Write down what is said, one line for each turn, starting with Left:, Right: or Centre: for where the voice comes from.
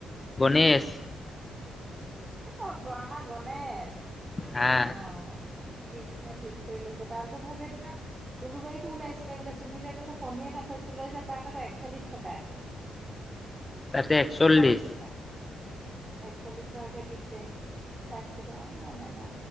Left: গণেশ।
Right: অহ, গড আমাৰ গণেশ।
Left: হা
Right: অহ, পিছদিনা পিছ কৰি লৈছে তাৰপিছত মোক উলুবাৰীতো ওলাইছিলে বোলে চুনীলে কৈছে পনীৰ এটা থৈছো লৈ যা তাত আকৌ একচল্লিশ টকা।
Left: তাতে একচল্লিশ
Right: হা একচল্লিশ টকাকে দিছে তাৰপিছতে আমাৰ <unintelligible> নেযাওঁ।